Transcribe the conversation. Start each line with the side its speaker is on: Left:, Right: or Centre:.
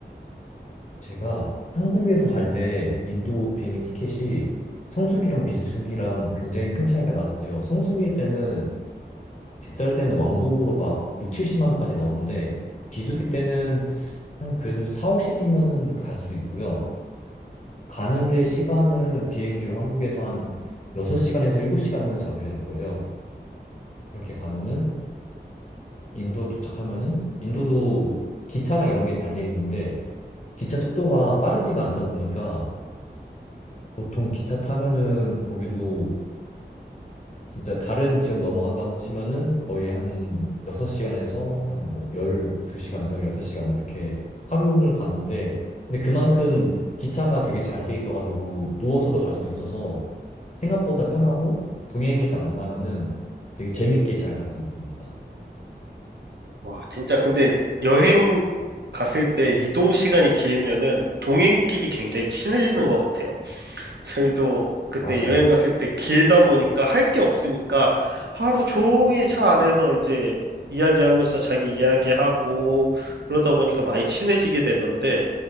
Left: 제가 한국에서 갈 때 인도 비행기 티켓이 성수기랑 비수기랑 굉장히 큰 차이가 나는데요. 성수기 때는 비쌀 때는 왕복으로 막 6, 70만 원까지 나오는데 비수기 때는 한 그래도 4, 50이면은 갈 수 있고요. 가는데 시간은 비행기로 한국에서 한 6시간에서 7시간은 잡으셔야 될 거예요. 그렇게 가면은 인도 도착하면은 인도도 기차랑 이런 게 잘 돼 있는데 기차 속도가 빠르지가 않다 보니까 보통 기차 타면은 거기도 진짜 다른 지역 넘어간다고 치면은 거의 한 6시간에서 한 뭐 12시간, 16시간 이렇게 하루를 가는데 근데 그만큼 기차가 되게 잘 돼 있어가지고 누워서도 갈 수 있어서 생각보다 편하고 동행을 잘 만나면은 되게 재밌게 잘 갈 수 있습니다.
Right: 와, 진짜 근데 여행 갔을 때 이동 시간이 길면은 동행끼리 굉장히 친해지는 것 같아요. 저희도 그때
Left: 맞아요.
Right: 여행 갔을 때 길다 보니까 할 게 없으니까 하루 종일 차 안에서 이제 이야기하면서 자기 이야기하고 그러다 보니까 많이 친해지게 되던데